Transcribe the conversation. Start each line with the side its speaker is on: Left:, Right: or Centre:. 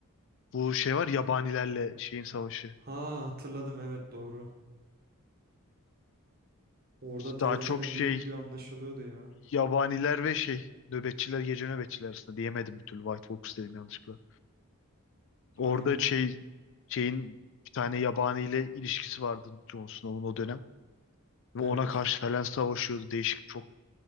Left: Bu şey var yabanilerle şeyin savaşı.
Right: Ha hatırladım evet doğru. Orada tehlikenin
Left: Daha çok şey
Right: büyüklüğü anlaşılıyordu ya.
Left: yabaniler ve şey nöbetçiler gece nöbetçiler arasında diyemedim bir türlü White Walkers dedim yanlışlıkla. Orada
Right: Aynen
Left: şey şeyin bir tane yabaniyle ilişkisi vardı Jon Snow'un o dönem. Ve
Right: evet.
Left: ona karşı falan savaşıyordu. Değişik çok